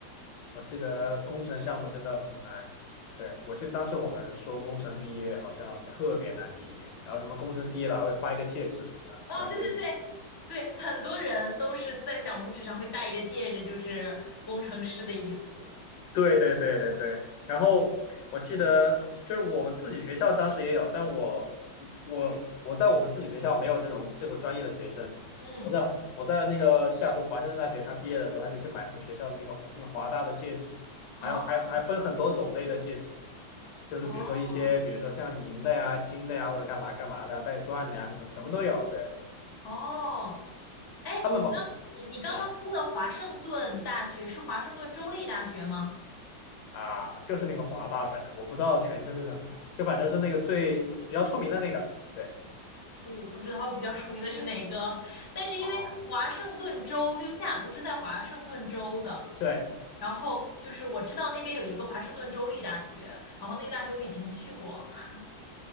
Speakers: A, on the left; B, on the left.
A: 我记得工程项目真的很难。对，我记得当时我们说工程毕业好像特别难毕业，然后什么工程毕业了还会发一个戒指什么的，就感觉
B: 哦，对对对对，很多人都是在小拇指上会戴一个戒指，就是工程师的意思。
A: 对对对对对，然后我记得就是我们自己学校当时也有，但我我我在我们自己学校没有这种这个专业的学生。
B: 嗯，
A: 我在我在那个西雅图华盛顿大学，他毕业的时候他就去买了我们学校的那个那个华大的戒指，还有还还分很多种类的戒指，
B: 哦
A: 就是比如说一些，
B: 哦
A: 比如说像银的呀、金的呀，或者干嘛干嘛的，带钻的呀，什么什么都有。对，
B: 哦，哎，
A: 他们不好
B: 你刚你你刚刚说的华盛顿大学是华盛顿州立大学吗？
A: 啊啊，就是那个华霸，反正我不知道全称是什么，就反正是那个最比较出名的那个。对，
B: 我不知道比较出名的是哪个，但是因为华盛顿州就西雅图是在华盛顿州的。
A: 啊，对，
B: 然后就是我知道那边有一个华盛顿州立大学，然后那个大学我以前去过，<laughs>